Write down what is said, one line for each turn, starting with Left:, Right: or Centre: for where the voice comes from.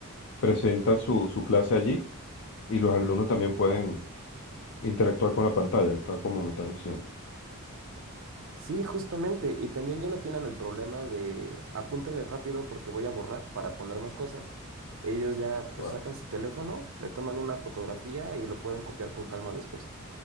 Left: presenta su, su clase allí y los alumnos también pueden interactuar con la pantalla, tal como me estás diciendo.
Right: Sí, justamente. Y también ya no tienen el problema de apúntenle rápido porque voy a borrar para poner más cosas. Ellos ya pues
Left: Wow.
Right: sacan su teléfono, le toman una fotografía y lo pueden copiar con calma después.